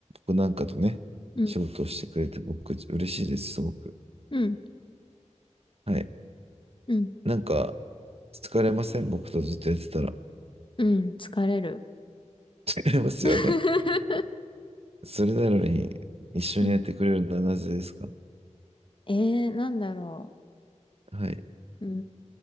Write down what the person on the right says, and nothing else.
僕なんかとね、
仕事をしてくれて僕嬉しいです、すごく。
はい。
なんか、疲れません僕とずっとやってたら。
疲れますよね。
それなのに、一緒にやってくれるのはなぜですか
はい。